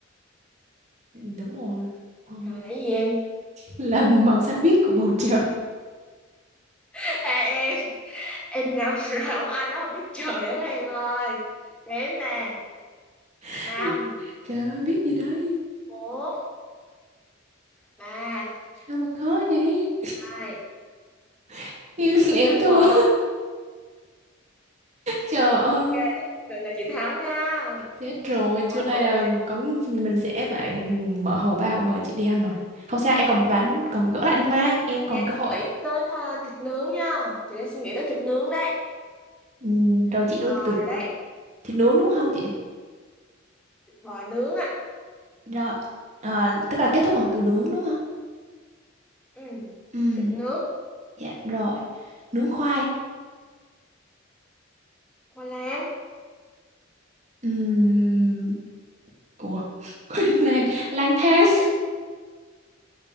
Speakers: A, on the right (about 35°); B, in the centre.
A: ừ, đúng rồi ờ,
B: trời lấy gì em
A: là màu xanh biếc của bầu trời
B: <laughs> à, em em nhầm rồi không ai nói không biết trời ở đó em ơi đến nè
A: <laughs>
B: năm
A: trời ơi biết gì đấy
B: bốn ba
A: sao mà khó vậy
B: hai
A: <laughs> em em thua
B: một
A: Trời
B: ok
A: ơi,
B: thế đừng là chị thắng nha
A: chết rồi,
B: hai
A: trưa nay
B: một
A: là có mình sẽ phải mở hầu ba mời chị đi ăn rồi. Không sao, em còn một ván còn gỡ lại được mà, em
B: đang
A: còn cơ
B: suy
A: hội.
B: nghĩ tới ờ, thịt nướng nha chị đang suy nghĩ tới thịt nướng đấy
A: Ừm, rồi chị
B: thịt
A: đưa
B: bò
A: từ
B: rồi đấy
A: thịt nướng đúng không chị?
B: thịt bò nướng á
A: Rồi, ờ, tức là kết thúc bằng từ nướng đúng không?
B: ừ.
A: Ừm,
B: thịt nướng
A: dạ rồi, nướng khoai.
B: khoai lang
A: Ừm, ủa, <laughs> quên lang, lang thang.